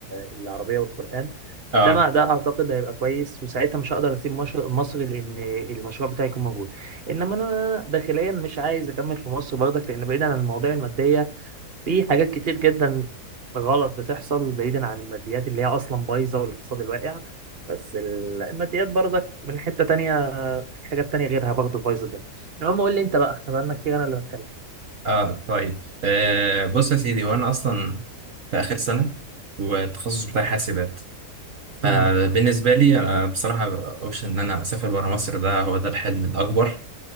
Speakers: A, on the right; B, on the right.
A: العربيه والقران
B: اه
A: ده ما ده اعتقد هيبقى كويس وساعتها مش هقدر اسيب مشر- مصر لان المشروع بتاعي يكون موجود انما انا داخليا مش عايز اكمل في مصر برضك لان بعيدا عن المواضيع الماديه في حاجات كتير جدا غلط بتحصل بعيدا عن الماديات اللي هي اصلا بايظه والاقتصاد الواقع بس ال- الماديات برضك من حته تانية في حاجات تانية غيرها برضه بايظه الدنيا المهم قول لي انت بقى احنا بقالنا كتير انا اللي بتكلم
B: اه طيب آه بص يا سيدي وانا اصلا في اخر سنه والتخصص بتاعي حاسبات فبالنسبه
A: مم.
B: لي انا بصراحه اوبشن ان انا اسافر بره مصر ده هو ده الحلم الاكبر